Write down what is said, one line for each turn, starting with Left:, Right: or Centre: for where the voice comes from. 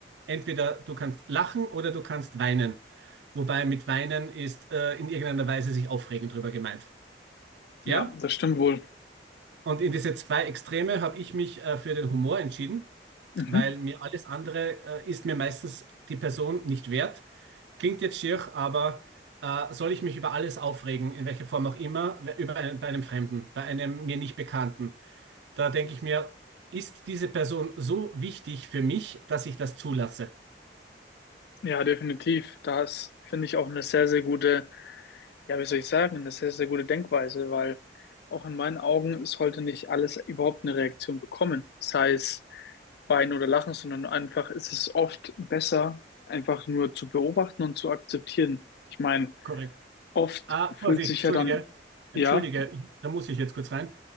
Right: Entweder du kannst lachen oder du kannst weinen. Wobei mit weinen ist äh, in irgendeiner Weise sich aufregen drüber gemeint.
Left: Ja,
Right: Ja?
Left: das stimmt wohl.
Right: Und in diese zwei Extreme habe ich mich äh, für den Humor entschieden,
Left: Mhm.
Right: weil mir alles andere äh, ist mir meistens die Person nicht wert. Klingt jetzt schier, aber äh, soll ich mich über alles aufregen, in welcher Form auch immer, über einen, bei einem Fremden, bei einem mir nicht Bekannten? Da denke ich mir, ist diese Person so wichtig für mich, dass ich das zulasse?
Left: Ja, definitiv. Da ist, finde ich, auch eine sehr, sehr gute Ja, wie soll ich sagen? Das ist eine sehr gute Denkweise, weil auch in meinen Augen sollte nicht alles überhaupt eine Reaktion bekommen, sei es weinen oder lachen, sondern einfach ist es oft besser, einfach nur zu beobachten und zu akzeptieren. Ich meine,
Right: Korrekt.
Left: oft
Right: Ah,
Left: fühlt
Right: Vorsicht,
Left: sich
Right: entschuldige,
Left: ja dann,
Right: entschuldige,
Left: ja,
Right: da muss ich jetzt kurz rein.